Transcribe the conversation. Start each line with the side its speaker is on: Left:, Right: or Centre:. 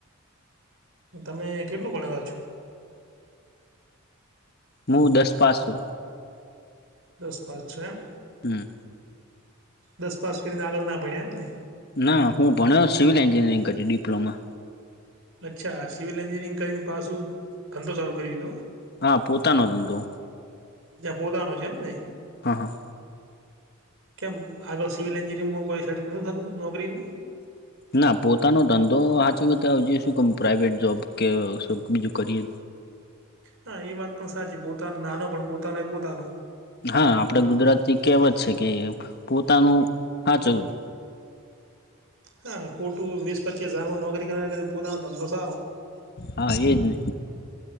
Right: તમે કેટલું ભણેલા છો?
Left: મુ, દસ પાસ હુ.
Right: દસ પાસ છો એમ?
Left: હમ
Right: દસ પાસ કરીને આગળ ના ભણ્યા એમ ને?
Left: ના, હું ભણ્યો સિવિલ એન્જિનિયરિંગ કરી ડિપ્લોમા.
Right: અચ્છા, સિવિલ એન્જિનિયરિંગ કરીને પાછું, ધંધો ચાલું કરી દીધો.
Left: હા, પોતાનો ધંધો.
Right: ત્યા પોતાનો છે એમ ને?
Left: હા હ
Right: કેમ, આગળ સિવિલ એન્જિનિયરમાં કોઈ સેટિંગ નોતુ થતું નોકરીનું?
Left: ના, પોતાનો ધંધો હાચવીએ, ત્યાહુધી શુંકામ પ્રાઇવેટ જોબ કે, શું બીજું કરીએ?
Right: હા, એ વાત પણ સાચી. પોતાનો નાનો પણ પોતાનો એ પોતાનો.
Left: હા, આપડે ગુજરાતી કેહવત છે કે, પોતાનું હાચવવું.
Right: હા, ખોટું વીસ પચીસ હજારમાં નોકરી કરવી, એના કરતાં પોતાનો ધંધો સારો.
Left: હા, એજ ને.